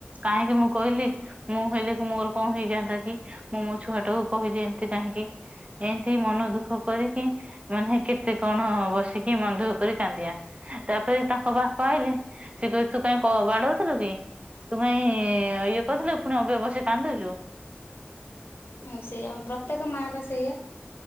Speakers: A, on the right; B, on the left.
A: କାହିଁକି ମୁଁ କହିଲି? ମୁଁ ହେଲେ କି ମୋର କଣ ହେଇଯାନ୍ତା କି ମୁଁ ମୋ ଛୁଆ ଟା କୁ କହିଲି ଏମିତି କାହିଁକି? ଏମିତି ମନ ଦୁଃଖ କରିକି ମାନେ କେତେ କଣ ବସିକି ମନ ଦୁଃଖ କରି କାନ୍ଦିଆ? ତାପରେ ତାଙ୍କ ବାପା ଆଇଲେ ସେ କହିବେ ତୁ ତୁ କାଇଁ କ ବାଡଉଥିଲୁ କି ତୁ କାଇଁ ଇଏ କରିଥିଲୁ ପୁଣି ଅବିକା ବସି କାନ୍ଦୁଛୁ।
B: ହଁ ସେଇଆ ପ୍ରତ୍ୟେକ ମା ବା ସେଇଆ।